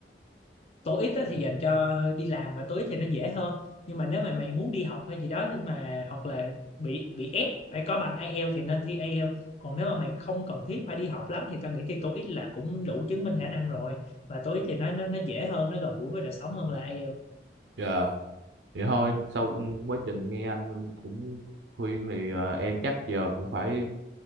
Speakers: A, on the left (about 35°); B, on the right (about 75°).
A: tối ít á thì dành cho đi làm và tối ít thì nó dễ hơn nhưng mà nếu mà mày muốn đi học hay gì đó nhưng mà hoặc là bị bị ép phải có bằng IELTS thì nên thi IELTS còn nếu mà mày không cần thiết phải đi học lắm thì tao nghĩ thi tối ít là cũng đủ chứng minh khả năng rồi và tối ít thì nó nó nó dễ hơn nó gần gũi với đời sống hơn là IELTS
B: dạ vậy thôi sau quá trình nghe anh cũng khuyên thì ờ, em chắc giờ cũng phải